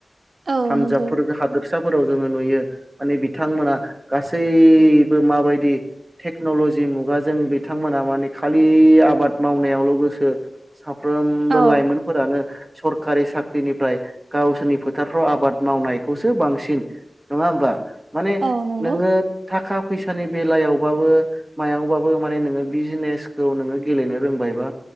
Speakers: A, on the right; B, on the right.
A: औ
B: पानजाबफोर
A: नंगौ
B: बे हादर साफोराव जोङो नुयो माने बिथांमोना गासैबो माबायदि टेकनलजि मुगाजों बिथांमोना मान खालि आबाद मावनायावल' गोसो साफ्रोमबो
A: औ
B: लाइमोनफोरानो सरखारि साख्रिनिफ्राय गावसोरनि फोथारफ्राव आबाद मावनायखौसो बांसिन नङा होमबा माने
A: औ नंगौ
B: नोङो थाखा फैसानि बेलायावबाबो मायावबाबो माने नोङो बिजनेसखौ नोङो गेलेनो रोंबायबा